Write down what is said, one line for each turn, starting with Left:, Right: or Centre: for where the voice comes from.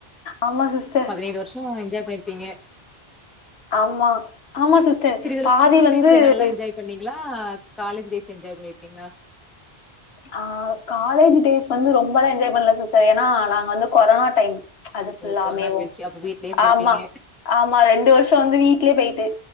Left: ஆமா சிஸ்டர்
Centre: பதினேழு வர்ஷ என்ஜாய் பண்ணிருப்பீங்க
Left: ஆமா ஆமா சிஸ்டர்
Centre: செரி இதுல
Left: பாதி
Centre: ஸ்கூல்
Left: வந்து
Centre: டேஸ்ச நல்லா என்ஜாய் பண்ணீங்ளா காலேஜ் டேஸ் என்ஜாய் பண்ணிருக்கீங்ளா
Left: ஆ காலேஜ் டேஸ் வந்து ரொம்பலா என்ஜாய் பண்ல சிஸ்டர் ஏனா நாங்க வந்து கொரனா டைம் அது ஃபுல்லாமேவு
Centre: ஓ கொரோனா போயிடுச்சு அப்ப வீட்லயே இருந்திருப்பீங்க
Left: ஆமா ஆமா ரெண்டு வர்ஷோ வந்து வீட்லே போயிட்டு